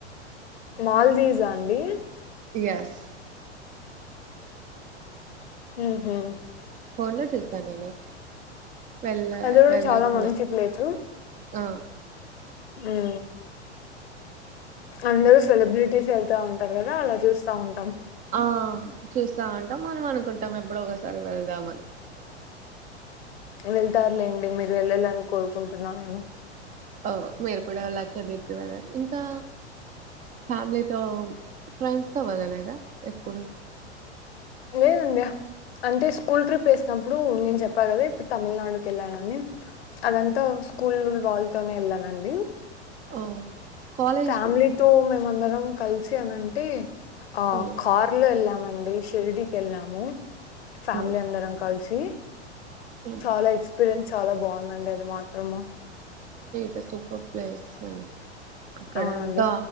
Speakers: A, on the left (about 60°); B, on the right (about 25°).
A: మాల్దీవ్సా అండి?
B: ఎస్
A: ఉహ్ హు
B: ఫోన్ లో చూస్తాన్ నేను వెళ్ళ
A: అది కూడా
B: వెళ్ళాల్సిన
A: చాలా మంచి ప్లేచు
B: ఆ
A: దే అందరూ సెలబ్రిటీస్ ఎళ్తా ఉంటారు గదా, అలా చూస్తా ఉన్
B: ఆ చూస్తా ఉంటాం. మనం అనుకుంటాం, ఎప్పుడో ఒకసారి వెళ్దామని.
A: వెళ్తారులేండి. మీరు వెళ్ళాలని కోరుకుంటున్నా నేను.
B: ఓ మీరు కూడా లక్షద్వీప్ కి వెళ్ళాలి. ఇంకా ఫ్యామిలీతో, ఫ్రెండ్స్ తో వెల్లలేదా. ఎప్పుడు?
A: లేదండ్య అంటే స్కూల్ ట్రిప్ ఏసినప్పుడు, నేను చెప్పా గాదా. ఇప్పుడు తమిళనాడుకి వెళ్ళానని. అదంతా స్కూల్ వాళ్తోనే ఎళ్ళానండి.
B: ఓ కాలేజ్
A: ఫ్యామిలీతో
B: లో
A: మేమందరం కలిసామంటే, ఆ
B: ఉమ్
A: కార్లో వెళ్ళామన్ డి షిరిడికి వెళ్ళాము. ఫ్యామిలీ
B: ఉమ్
A: అందరం కలిసి.
B: ఉమ్
A: చాలా ఎక్స్పీరియన్స్, చాలా బావుందండి. అది మాత్రము
B: జస్ట్ సూపర్ ప్లేస్స్ అండి. అక్కడంతా
A: అవునండి